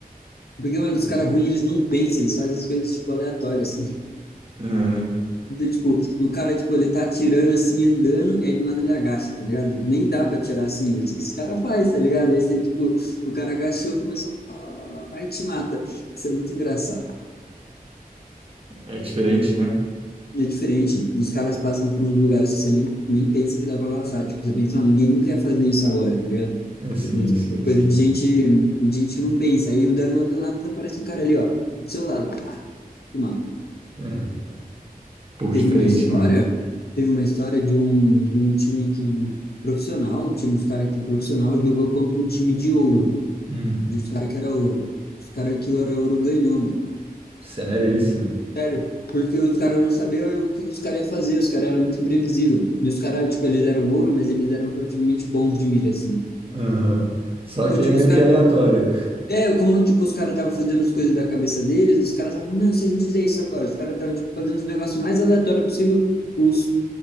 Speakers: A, on the left; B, on the right.
A: Porque, mano,
B: É,
A: os caras ruins, eles não pensam, eles fazem as coisas, tipo, aleatórias, assim. <laughs>
B: é, né?
A: Tipo, o cara, tipo, ele tá atirando, assim, andando, e aí do nada ele agacha, tá ligado? Nem dá pra atirar assim mesmo. O que esse cara faz, tá ligado? Aí você, tipo, o cara agachou, começou, pá, pá, pá, pá, vai e te mata. Isso é muito engraçado.
B: É diferente, né?
A: é diferente. Os caras passam por uns lugares que você nem, nem pensa que dá pra passar. Tipo, você pensa, ah, ninguém nunca ia fazer isso agora, tá ligado?
B: É, sim,
A: Tipo,
B: sim,
A: é coisa
B: sim.
A: de gente, de gente que não pensa. Aí o dano do nada aparece um cara ali, ó, do seu lado. Pá, te mata.
B: É, um pouco
A: Teve
B: diferente,
A: uma história,
B: né?
A: teve uma história de um, de um time que profissional, um time dos caras que profissional jogou contra um time de ouro,
B: Hum.
A: de os caras que era ouro. Os caras que era ouro ganhou, mano.
B: Sério isso?
A: Sério, porque os caras não sabiam o que os caras iam fazer, os caras eram muito imprevisível. E os caras, tipo, eles eram ouro, mas eles eram relativamente bons de mira assim.
B: Aham. Só
A: Então,
B: que
A: tipo,
B: é meio
A: os caras.
B: que aleatório.
A: É, como, tipo, os caras estavam fazendo as coisas da cabeça deles, os caras estavam, não, e se a gente fizer isso agora? Os caras estavam, tipo, fazendo os negócios mais aleatórios possível. Os,